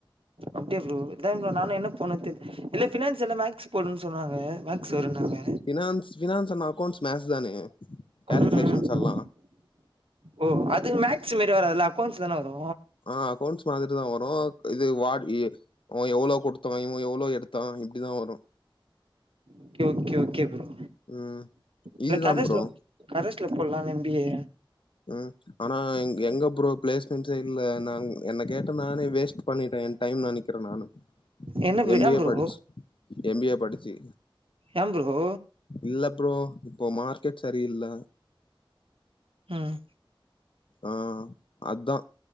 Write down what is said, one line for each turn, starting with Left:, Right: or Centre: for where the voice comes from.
Right: அப்டியா ப்ரோ இல்ல ப்ரோ நானு என்ன பண்ணு தெர் இதிலே பினான்ஸ் எல்லா மேக்ஸ் போட்னுன் சொன்னாங்க மேக்ஸ் வருன்னாங்க
Left: finance finance and accounts maths தானே கேல்குலேஷன்ஸ்
Right: ம் ம்
Left: எல்லா
Right: ஓ அது மேக்ஸ் மேரி வராதுல அக்கௌண்ட்ஸ் தான வரு
Left: அ அக்கௌண்ட்ஸ் மாத்ரி தா வரு இது வார்ட் ஏ அவ எவ்ளோ கொடுத்தா இவ எவ்ளோ எடுத்தா இப்டிதா வரு
Right: ஓகே ஓகே ஓகே புரோ
Left: ம்
Right: இது
Left: இதுதா
Right: கரஸ்ல
Left: ப்ரோ
Right: கரஸ்ல போட்லால்ல எம் பி ஏ
Left: ம் ஆனா எங்க ப்ரோ ப்ளேஸ்மென்ட்சே இல்ல நா என்ன கேட்ட நானே வேஸ்ட் பண்ணிட்டே டைம் நெனக்கறே நானு
Right: என்ன ப்ரோ
Left: எம்
Right: ஏன்
Left: பி ஏ
Right: ப்ரோ
Left: படிச் எம் பி ஏ படிச்சு
Right: ஏ ப்ரோ
Left: இல்ல ப்ரோ இப்ப மார்க்கெட் செரியில்ல
Right: ம்
Left: ஆ அதா